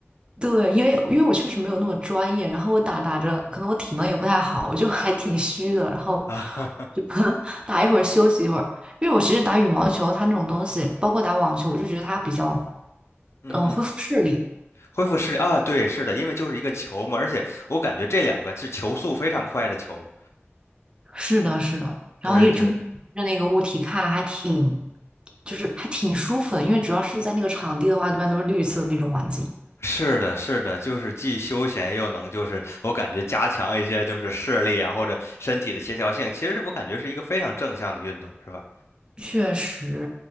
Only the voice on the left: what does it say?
啊。<laughs> 哈哈，
嗯嗯，
恢复视力啊，对，是的，因为就是一个球嘛，而且我感觉这两个是球速非常快的球。
对对，
是的，是的，就是既休闲又能，就是我感觉加强一些就是视力啊或者身体的协调性，其实我感觉是一个非常正向的运动，是吧？